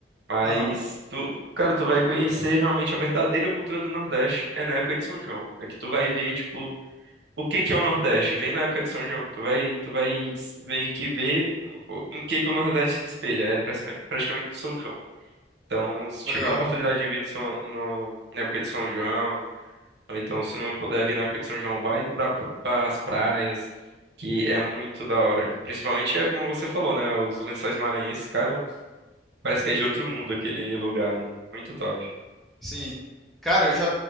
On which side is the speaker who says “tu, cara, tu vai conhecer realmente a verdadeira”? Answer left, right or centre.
Right